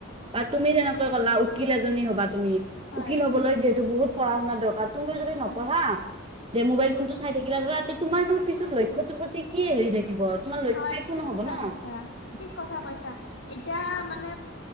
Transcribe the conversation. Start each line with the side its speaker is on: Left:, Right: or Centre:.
Right: বা তুমি তেনেকৈ কলা উকিল এজনী হ'বা তুমি,
Left: হয়
Right: উকিল হবলৈ যিহেতু বহুত পঢ়া শুনাৰ দৰকাৰ। তুমিও যদি
Left: হয়
Right: নপঢ়া যে মোবাইল ফোনটো চাই থাকিলা ধৰাতে তোমাৰো পিছত লক্ষ্যটোৰ প্ৰতি কি হেৰি থাকিব। তোমাৰ লক্ষ্য
Left: হয়
Right: একো
Left: ঠিক
Right: নহ'ব
Left: কথা
Right: ন
Left: কৈছা, ঠিক কথা কৈছা, এতিয়া মানে